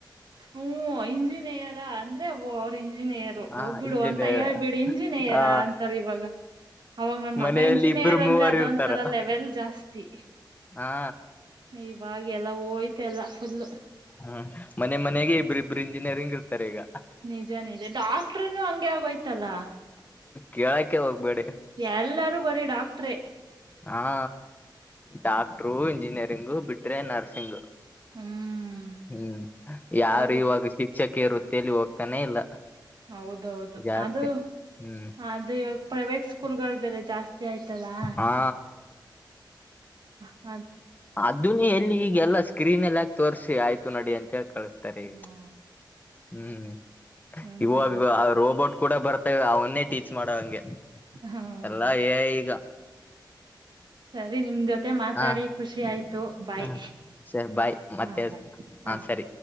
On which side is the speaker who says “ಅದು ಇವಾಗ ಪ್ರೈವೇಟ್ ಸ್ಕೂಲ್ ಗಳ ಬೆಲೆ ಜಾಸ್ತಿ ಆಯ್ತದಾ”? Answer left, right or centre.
Right